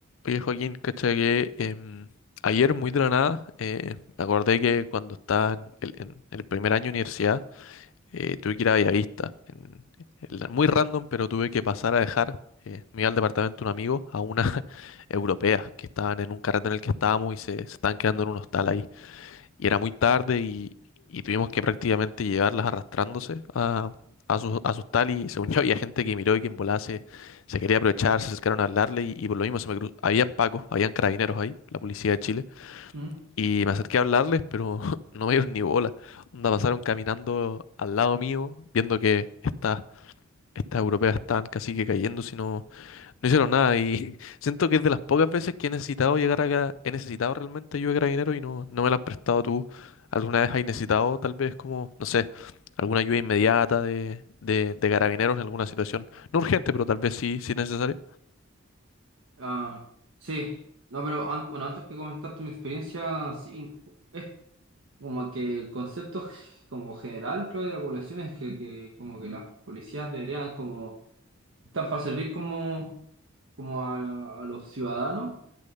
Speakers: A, on the left; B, on the right.
A: Oye, Joaquín, caché que em, ayer muy de la nada eh, me acordé que cuando estaba en el, en el primer año de universidad eh, tuve que ir a Bellavista. en- el- muy random, pero tuve que pasar a dejar, eh, me iba al departamento de un amigo, a una <laughs> europea que estaban en un carrete en el que estábamos y se, se estaban quedando en un hostal ahí y era muy tarde y, y tuvimos que prácticamente llevarlas arrastrándose a, a sus, a sus tal y según yo <laughs> había gente que miró y que en volada se, se quería aprovechar, se acercaron a hablarle y, y por lo mismo se me cruzó. Habían pacos, habían carabineros ahí, la policía de Chile,
B: Mm.
A: y me acerqué a hablarles, pero <laughs> no me dieron ni bola. Onda pasaron caminando al lado mío, viendo que estas estas europeas estaban casi que cayendo, si no, no hicieron nada y <laughs> siento que es de las pocas veces que he necesitado llegar acá, he necesitado realmente ayuda de Carabineros y no, no me la han prestado tú. ¿Alguna vez has necesitado tal vez como, no sé, alguna ayuda inmediata de, de, de Carabineros en alguna situación? No urgente, pero tal vez sí, sí necesaria.
B: Ah, sí, no, pero an- bueno, antes que comentaste mi experiencia, sí, es como que el concepto g- como general, creo, de la población es que, que como que las policías deberían como, están para servir como, como a, a los ciudadanos,